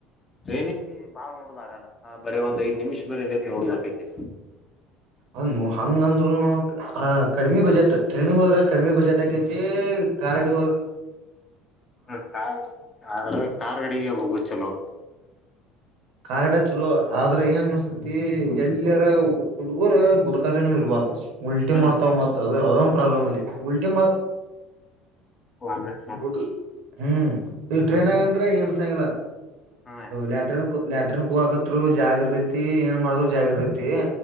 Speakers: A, on the left (about 30°); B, on the right (about 55°).
A: ಟ್ರೈನಿಂಗಗೆ ಬಾಳ್ ನೋಡದಾಗಲ್ಲ ಬರ ಒಂದ್ಐದ್ ನಿಮಿಷ ಮೇಲೆತ್ ನೋಡಬೇಕೈತಿ.
B: ಅದನು ಹಂಗಂದ್ರುನು. ಕಡಿಮಿ ಬಜೆಟ್ ಟ್ರೈನಿಗ್ ಹೋದ್ರೇ ಕಡಿಮಿ ಬಜೆಟ್ ಆಕೇತಿ ಕಾರ್ಗಡೆ ಹೋದ್ರೆ
A: ಹ ಆದ್ರ ಕಾರ್ ಕಾರ್ ಗಾಡಿಗೆ ಹೋಗುದ್ ಚಲೋ.
B: ಕಾರ್ ಗಾಡಿ ಚಲೋ ಆದ್ರ ಏನ್ ಅನಸ್ತತಿ ಎಲ್ಲರ ಹುಡುಗರ ಗುಡ್ಕಾಜನೂ ಇರಬಾರ್ದು. ಉಲ್ಟಿ
A: ಹ್ಮ್
B: ಮಾಡ್ತಾವ್ ಮತ್ ಅದು ಅದೊಂದು ಪ್ರಾಬ್ಲಮ್ ಅಲ್ಲಿ ಉಲ್ಟಿ
A: ವಾಮಿಟ್ ಮಾಡ್
B: ಗುಡ್ ಹ್ಮ್ ಈ ಟ್ರೈನ್ ಆಗಂದ್ರೆ ಏನ್ ಅನ್ಸಗಿಲ್ಲ
A: ಹ್ಮ
B: ಲ್ಯಾಟ್ರಿನ್. ಲ್ಯಾಟ್ರಿನ್ ಕುವಕತ್ರು ಜಾಗಿರ್ತತಿ ಏನ್ ಮಾಡ್ರು ಜಾಗಿರ್ತತಿ